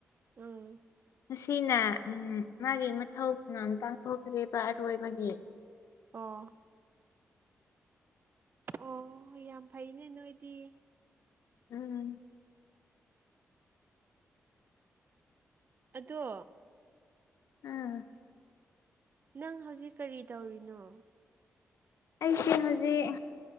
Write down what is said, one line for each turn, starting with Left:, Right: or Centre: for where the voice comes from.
Right: ꯎꯝ
Left: ꯁꯤꯅ ꯎ ꯃꯥꯒꯤ ꯃꯊꯧꯝ ꯄꯥꯡꯊꯣꯛꯈ꯭ꯦꯔꯤꯕ ꯑꯔꯣꯏꯕꯒꯤ
Right: ꯑꯣ ꯑꯣ ꯌꯥꯝ ꯐꯩꯅꯦ ꯅꯣꯏꯗꯤ
Left: ꯎꯝ
Right: ꯑꯗꯣ
Left: ꯎꯝ
Right: ꯅꯪ ꯍꯧꯖꯤꯛ ꯀꯔꯤ ꯇꯧꯔꯤꯅꯣ
Left: ꯑꯩꯁꯦ ꯍꯧꯖꯤꯛ